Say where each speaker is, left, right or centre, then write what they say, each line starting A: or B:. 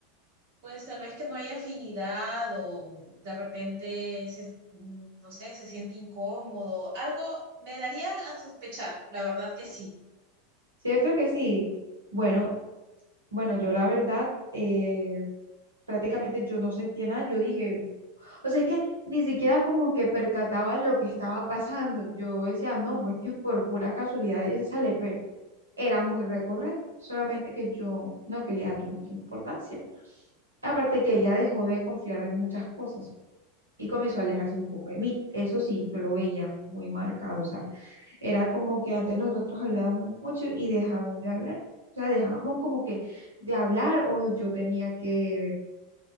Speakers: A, on the right (about 50°); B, on the right (about 80°).
A: Pues tal vez que no hay afinidad o de repente, se- mm, no sé, se siente incómodo. Algo me daría a sospechar, la verdad que sí.
B: ¿Cierto que sí? Bueno, bueno, yo la verdad, eh, prácticamente yo no sentía nada, yo dije, o sea, es que ni siquiera como que percataba lo que estaba pasando, yo decía, no, pues que por pura casualidad ella se sale, pero era muy recurrente, solamente que yo no quería darle mucha importancia. Aparte que
A: ¿Mm?
B: ella dejó de confiar en muchas cosas y comenzó a alejarse un poco de mí, eso sí, yo lo veía muy marcado, o sea, era como que antes nosotros hablábamos mucho y dejamos de hablar. O sea, dejábamos como que de hablar o yo tenía que